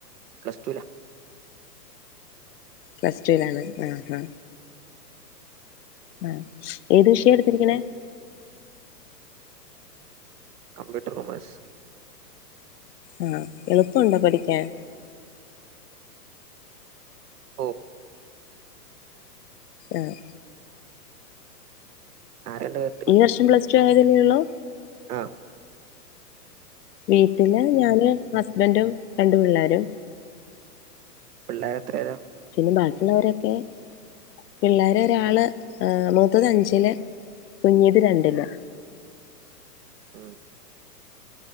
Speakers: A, on the right; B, on the left.
A: പ്ലസ് റ്റുവിലാ
B: പ്ലസ് ടുന് ആണ് ആഹ് ആഹ് ആഹ് ഏത് വിഷയ എടുത്തിരിക്കണേ
A: കമ്പ്യൂട്ടർ കെമേഴ്സ്
B: ഉം എളുപ്പമുണ്ടോ പഠിക്കാൻ
A: ഓ
B: ആഹ്
A: ആരണ്ട് പ <unintelligible>
B: ഈ വർഷം പ്ലസ് ടു ആയതല്ലേ ഉള്ളൂ
A: ആഹ്
B: വീട്ടില് ഞാനും, ഹസ്ബൻ്റും, രണ്ടു പിള്ളാരും
A: പിള്ളേർ എത്രയിലാ
B: പിന്നെ ബാക്കിയുള്ളവരൊക്കെ പിള്ളേർ ഒരാള് മൂത്തത് അഞ്ചില് കുഞ്ഞിത് രണ്ടില്
A: മ്മ്